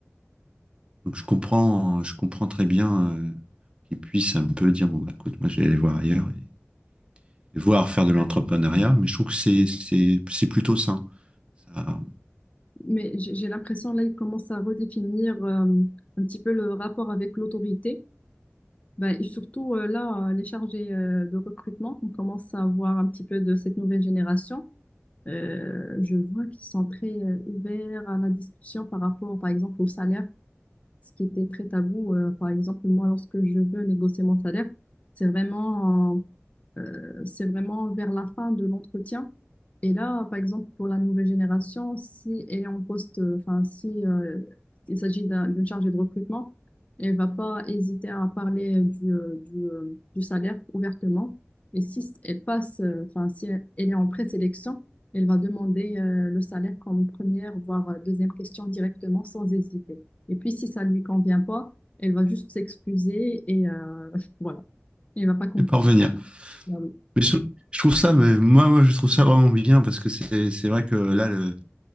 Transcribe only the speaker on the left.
Mais j'ai j'ai l'impression là, il commence à redéfinir euh, un petit peu le rapport avec l'autorité. Ben, et surtout euh, là, euh, les chargés euh, de recrutement, on commence à voir un petit peu de cette nouvelle génération. Euh, je vois qu'ils sont très euh, ouverts à la discussion par rapport, par exemple, au salaire ce qui était très tabou. euh, par exemple, moi, lorsque je veux négocier mon salaire, c'est vraiment, euh, c'est vraiment vers la fin de l'entretien. Et là, par exemple, pour la nouvelle génération, si elle est en poste, euh, enfin, si euh, il s'agit d'un- d'une chargée de recrutement, elle va pas hésiter à parler du, euh, du, euh, du salaire ouvertement. Et si elle passe, euh, enfin, si elle est en présélection, elle va demander euh, le salaire comme première, voire euh, deuxième question directement sans hésiter. Et puis, si ça lui convient pas, elle va juste s'excuser et euh, <laughs> voilà. elle va pas continuer.
Ah oui.